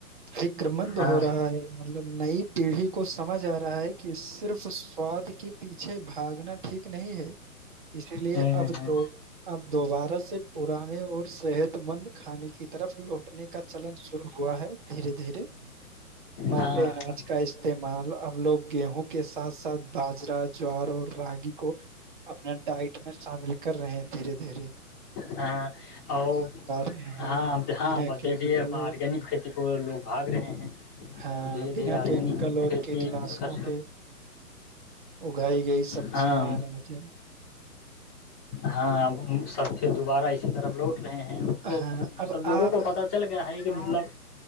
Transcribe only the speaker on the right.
فکر مند
ہو رہا ہے مطلب نئی پیڑھی کو سمجھ آ رہا ہے کہ صرف سواد کے پیچھے بھاگنا ٹھیک نہیں ہے اسی لیے
اب
دو اب دوبارہ سے پرانے اور صحت مند کھانے کی طرف لوٹنے کا چلن شروع ہوا ہے دھیرے دھیرے موٹے
اناج کا استعمال اب لوگ گیہوں کے ساتھ ساتھ باجرا جوار اور راگی کو اپنا ڈائٹ میں شامل کر رہے پھر <unintelligible> درے <unintelligible>
رہے ہیں
بنا کیمیکل
اور
ہاں
بنا
کیمیکل اور
کیٹناشکوں
کے اگائی گئی سبزیاں
اناج ہیں۔
ہاں اب
آپ